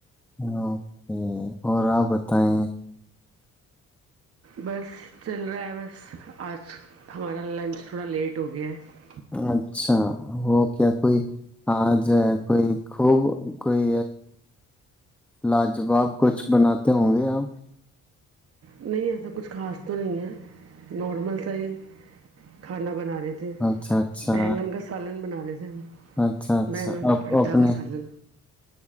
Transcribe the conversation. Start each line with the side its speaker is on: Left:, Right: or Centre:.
Centre: اوکے اور آپ بتائیں
Right: بس چل رہا ہے بس آج ہمارا لنچ تھوڑا لیٹ ہو گیا ہے
Centre: اچھا وہ کیا کوئی آ ج ہے کوئی خوب کوئی لاجواب کچھ بناتے ہوں گے آپ
Right: نہیں ایسا کچھ خاص تو نہیں ہے نارمل سا ہی کھانا بنا بنا رہے تے
Centre: اچھا اچھا
Right: بینگن کا سالن بنا رہے تھے <unintelligible>
Centre: اچھا اچھا
Right: بینگن کا
Centre: آپ
Right: بھرتا
Centre: اپنے
Right: کا سالن